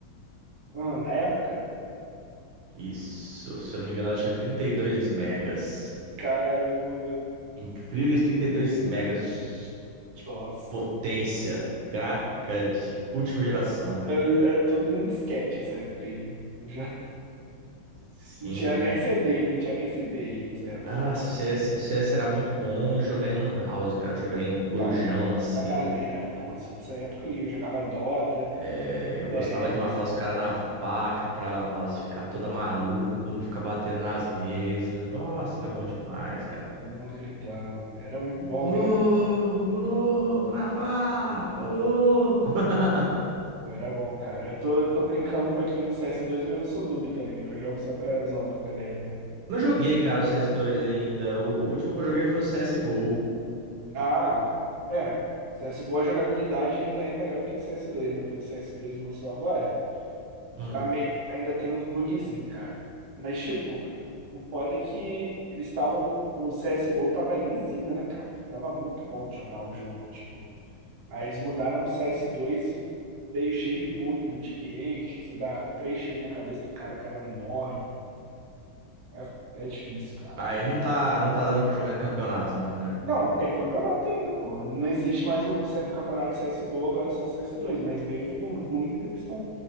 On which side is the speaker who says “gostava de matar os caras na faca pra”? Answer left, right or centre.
Right